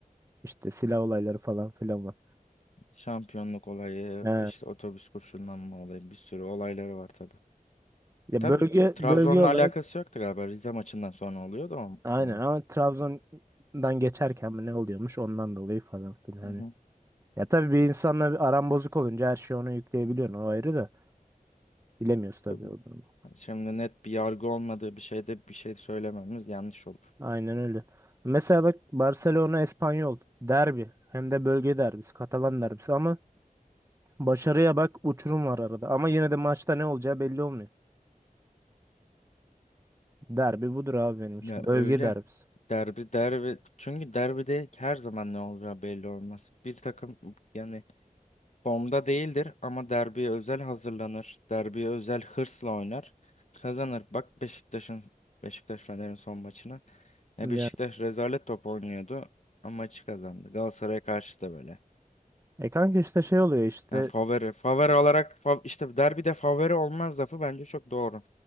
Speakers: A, on the right; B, on the left.
A: işte silah olayları falan filan var.
B: Şampiyonluk olayı,
A: He.
B: işte otobüs koşullanma olayı bir sürü olayları var tabii.
A: Ya
B: E, Tabii
A: bölge
B: t- Trabzon'la
A: bölge olarak
B: alakası yoktu galiba. Rize maçından sonra oluyordu o
A: Aynen
B: olay.
A: ama Trabzon'dan geçerken mi ne oluyormuş ondan dolayı falan filan hani.
B: Hı hı.
A: Ya tabii bir insanla bir aram bozuk olunca her şeyi ona yükleyebiliyorsun o ayrı da bilemiyoruz tabii
B: Tabii.
A: o durumu.
B: Yani Şimdi net bir yargı olmadığı bir şeyde bir şey söylememiz yanlış olur.
A: Aynen öyle. Mesela bak Barcelona Espanyol derbi hem de bölge derbisi Katalan derbisi ama başarıya bak uçurum var arada ama yine de maçta ne olacağı belli olmuyor. Derbi budur abi benim için
B: Ya
A: bölge
B: öyle.
A: derbisi.
B: Derbi derbi çünkü derbide her zaman ne olacağı belli olmaz. Bir takım yani Formda değildir ama derbiye özel hazırlanır. Derbiye özel hırsla oynar. Kazanır. Bak Beşiktaş'ın Beşiktaş Fener'in son maçına. Ya
A: Yani,
B: Beşiktaş rezalet top oynuyordu ama maçı kazandı. Galatasaray'a karşı da böyle.
A: e kanka işte şey oluyor işte
B: Yani favori. Favori olarak fav işte derbide favori olmaz lafı bence çok doğru.